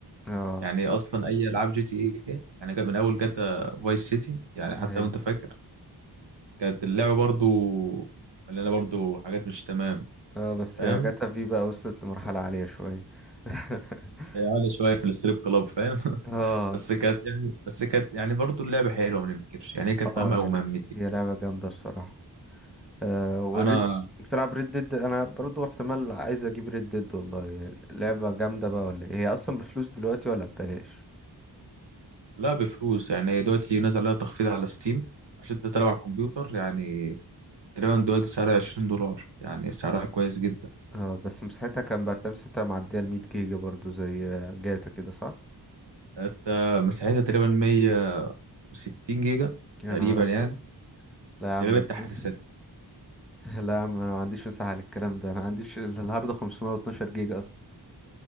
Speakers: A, in the centre; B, on the right.
A: اه
B: يعني اصلا اي العاب جي تي اي يعني جا- من اول جاتا فايس سيتي يعني حتى
A: ايوه
B: لو انت فاكر كانت اللعبه برضو مليانه برضو حاجات مش تمام
A: اه بس
B: فاهم
A: يا جاتا في بقى وصلت لمرحلة عالية شوية <laughs>
B: يعني عالية شويه في الستريب كلاب فاهم <laughs>
A: اه
B: بس كانت يعني بس كانت يعني برضو اللعبه حلوه ما ننكرش يعني هي كانت
A: اه
B: مهمه او
A: يا
B: مهمتي
A: ل- هي لعبة جامدة بصراحة آه والريد
B: انا
A: بتلعب ريد ديد انا برضو احتمال عايز اجيب ريد ديد والله لعبة جامدة بقى ولا إيه؟ هي اصلا بفلوس دلوقتي ولا ببلاش
B: لا بفلوس يعني هي دلوقتي نازل عليها تخفيض على ستيم عشان انت تلعب على الكمبيوتر يعني تقريبا دلوقتي سعرها 20 دولار يعني سعرها كويس جدا
A: اه بس مساحتها كان بعد مساحتها معدية ال 100 جيجا برضو زي جاتا كده صح
B: انت مساحتها تقريبا 160 جيجا
A: يا
B: تقريبا
A: نهار ابيض
B: يعني
A: لا يا عم
B: غير التحديثات
A: الج- <laughs> لا يا عم انا ما عنديش مساحة للكلام ده انا ما عنديش ال- الهارد 512 جيجا اصلا